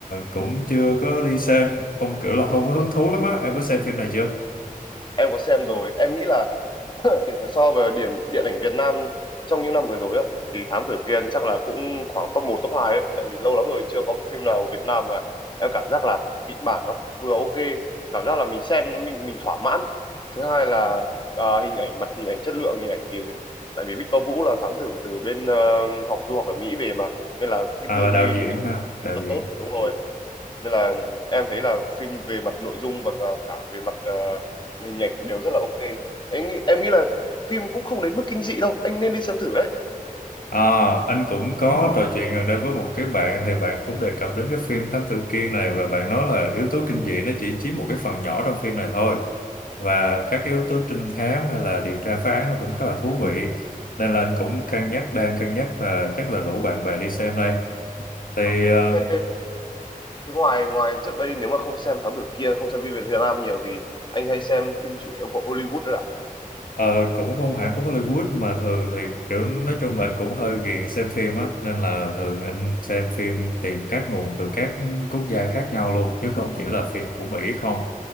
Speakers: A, on the left (about 75°); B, on the left (about 30°).
A: cũng chưa có đi xem không kiểu là không có hứng thú lắm á em có xem phim này chưa
B: Em có xem rồi. Em nghĩ là <coughs> <clears throat> để mà so với điện điện ảnh Việt Nam trong những năm vừa rồi á thì Thám Tử Kiên chắc là cũng khoảng top một top 2 đấy. Tại vì lâu lắm rồi chưa có cái phim nào của Việt Nam mà em cảm giác là kịch bản nó vừa ok, cảm giác là mình xem mình mình thỏa mãn. Thứ hai là à, hình ảnh mặt hình ảnh chất lượng hình ảnh thì tại vì Victor Vũ là thám tử từ bên ờ, học du học ở Mỹ về mà nên là cái
A: à
B: tư
A: là
B: duy
A: đạo diễn
B: hình ảnh
A: ha đạo
B: rất là
A: diễn
B: tốt đúng rồi nên là em thấy là phim về mặt nội dung và cả cả về mặt ờ, hình ảnh đều rất là ok em nghĩ em nghĩ là phim cũng không đến mức kinh dị đâu anh nên đi xem thử đấy
A: À, anh cũng có trò chuyện gần đây với một cái bạn thì bạn cũng đề cập đến cái phim Thám Tử Kiên này và bạn nói là yếu tố kinh dị nó chỉ chiếm một cái phần nhỏ trong phim này thôi và các cái yếu tố trinh thám hay là điều tra phá án nó cũng khá là thú vị nên là anh cũng cân nhắc đang cân nhắc là chắc là rủ bạn bè đi xem đây thì
B: Ờ.
A: ờ,
B: thế thế ngoài ngoài trước đây nếu mà không xem Thám Tử Kiên không xem phim Việt Nam nhiều thì anh hay xem phim chủ yếu của Hollywood đấy ạ
A: Ờ, cũng không hẳn cũng Hollywood mà thường thì kiểu nói chung là anh cũng hơi ghiền xem phim á nên là thường anh xem phim tìm các nguồn từ các quốc gia khác nhau luôn chứ không chỉ là phim của Mỹ không